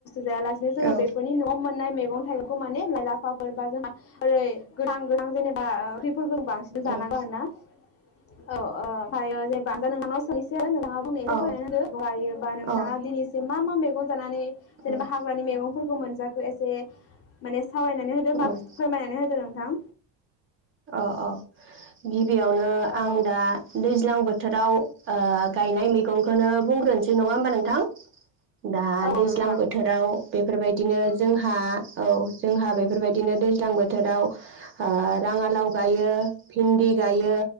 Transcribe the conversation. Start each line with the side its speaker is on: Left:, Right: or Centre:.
Left: जायालासिनो जोङो
Right: औ
Left: बेफोरनि न'आव मोन नाय मेगं थायगंखो माने लाइ लाफाफोर बा जोंहा ओरै गोथां गोथां जेनेबा ओ फोर बांसिन जानांगौ
Right: उम
Left: आरोना औ ओमफ्रायो जेनेबा नोंनाव सोंसै नोंथाङा
Right: औ
Left: <unintelligible> योबा नोंथाङा
Right: अ
Left: दिनैसिम मा मा मैगं जानानै जेनेबा
Right: उम
Left: हाग्रानि मैगं फोरखौ मोनजाखो एसे माने सावरायनानै होदो बा
Right: उम
Left: फोरमायनानै होदो नोंथां
Right: औ औ गिबियावनो
Left: औ
Right: आं दा दैज्लां बोथोर बोथोराव ओ गायनाय मैगंखौनो बुंग्रोनोसै नङा होमबा नोंथां दा
Left: औ
Right: दैज्लां
Left: नोंथां
Right: बोथोराव बेफोरबायदिनो जोंहा औ जोंहा बेफोरबायदिनो दैज्लां बोथोराव ओ राङालाव गायो भिन्दि गायो